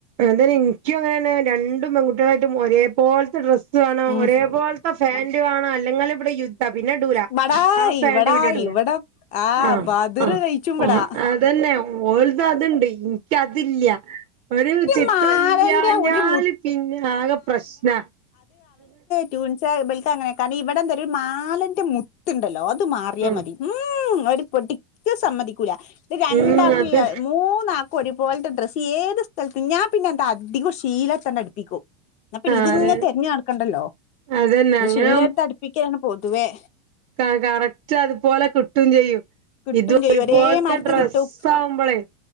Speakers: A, on the right (about 40°); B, on the left (about 35°).
A: ഏതായാലും എനിക്കും അങ്ങനന്നെ രണ്ടും പെൺകുട്ടികളായിട്ടും ഒരേ പോലത്തെ ഡ്രസ്സ് വേണം
B: ഉം
A: ഒരേ പോലത്തെ പാൻ്റു വേണം അല്ലെങ്കിൽ ഇവിടെ യു പിന്നെഡൂല
B: ഇബടാ
A: ആ പാൻ്റ്
B: ഇവടാ
A: പിന്നെടൂല
B: ഇവടെ ആ
A: ആഹ്
B: ബദ്ർ
A: ആഹ്
B: കഴിച്ചുംബടാ
A: ആഹ് അതന്നെ <unintelligible> അതില്ല ഒരു ചിത്രം
B: മാലന്റെ
A: ഇല്ലഞ്ഞാല്
B: ഒരു മു
A: പിന്നെ ആക പ്രശ്ന
B: ട്യുൻസാ ഇവർക്കങ്ങന കാരണം ഇവിടെ എന്താ ഒരു മാലന്റെ മുത്ത് ഇണ്ടല്ലോ അത് മാറിയാൽ
A: ഉം
B: മതി ഉം ഒരു പൊടിക്കും സമ്മതിക്കൂല ഇത് രണ്ടാക്കും
A: ഉം അതെ
B: മൂന്നാ ഒരുപോലത്ത ഡ്രസ്സ് ഏത് സ്ഥലത്തും ഞാൻ പിന്നെ എന്താ അധികം ശീല ഭൂ അങ്ങട്ട് എടുപ്പിക്കും എന്ന പിന്നെ
A: ആ
B: ഇതിങ്ങനെ
A: അതെ
B: തെരഞ്ഞ് നടക്കണ്ടല്ലോ
A: അതന്നെ അങ്ങനെ
B: ശീല എടുത്തടുപ്പിക്കലന്ന പൊതുവേ
A: ക കറക്റ്റ് അതുപോലെ കിട്ടും ചെയ്യും.
B: കിട്ടും
A: ഇത്
B: ചെയ്യും
A: ഒരുപോലത്തെ
B: ഒരേ മാരിത്തെ
A: ഡ്രസ്സ്
B: കിട്ടും
A: ആവുമ്പോളെ